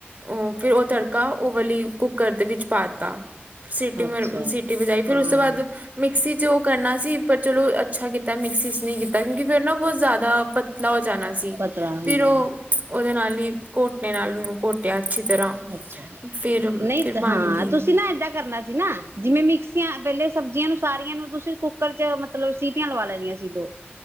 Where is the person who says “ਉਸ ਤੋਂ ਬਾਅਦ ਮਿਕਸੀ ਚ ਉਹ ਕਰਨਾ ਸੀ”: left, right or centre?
Right